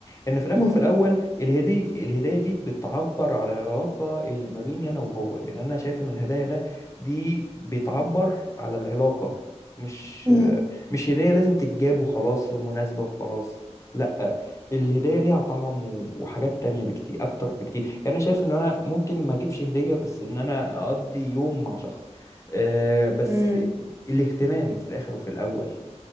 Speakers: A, on the left; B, on the right.
A: ان في الاخر
B: مم.
A: وفي الاول الهدية الهدية دي بتعبر على العلاقة اللي ما بيني انا وهو يعني انا شايف ان الهدايا ده دي بتعبر على العلاقة مش
B: امم
A: مش هدية لازم تتجاب وخلاص في مناسبة وخلاص لا الهدية ليها طعم و- وحاجات تانية بكتير أكتر بكتير يعني أنا شايف إن أنا ممكن ما أجيبش هدية بس إن أنا أقضي يوم مع شخص أه بس
B: مم.
A: الاهتمام في الآخر وفي الأول